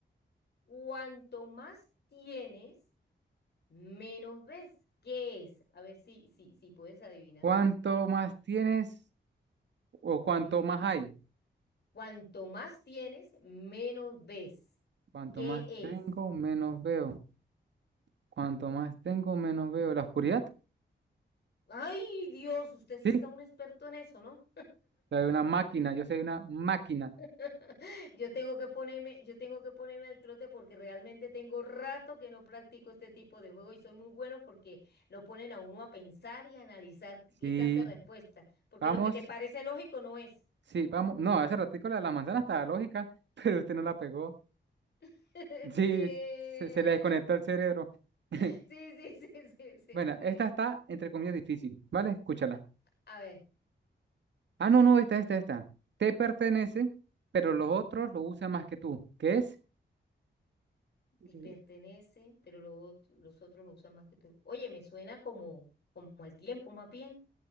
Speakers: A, on the left; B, on the right.
A: cuanto más tienes, menos ves. ¿Qué es? A ver si, si, si puedes adivinar.
B: ¿Cuánto más tienes o cuánto
A: Mm.
B: más hay?
A: Cuanto más tienes, menos ves.
B: Cuanto
A: ¿Qué
B: más
A: es?
B: tengo, menos veo. Cuanto más tengo, menos veo. ¿La oscuridad?
A: Ay, Dios, usted sí
B: Sí.
A: está un experto en eso, ¿no?
B: La de una máquina. Yo soy una máquina.
A: <laughs> Yo tengo que ponerme, yo tengo que ponerme al trote porque realmente tengo rato que no practico este tipo de juego y son muy buenos porque lo ponen a uno a pensar y a analizar qué
B: Sí.
A: tanta respuesta, porque
B: Vamos.
A: lo que te parece lógico no es.
B: Sí, vamos. No, hace ratico la de la manzana estaba lógica, <laughs> pero usted no la pegó.
A: <laughs>
B: Sí, se, se le desconectó el cerebro. <laughs>
A: Sí, sí, sí, sí, sí, sí,
B: Bueno,
A: sí.
B: esta está entre comillas difícil, ¿vale? Escúchala.
A: A ver.
B: Ah, no, no, esta, esta, esta. Te pertenece, pero los otros lo usan más que tú. ¿Qué es?
A: te
B: Eh,
A: pertenece, pero lo otro- los otros lo usan más que tú. Oye, me suena como, como al tiempo más bien.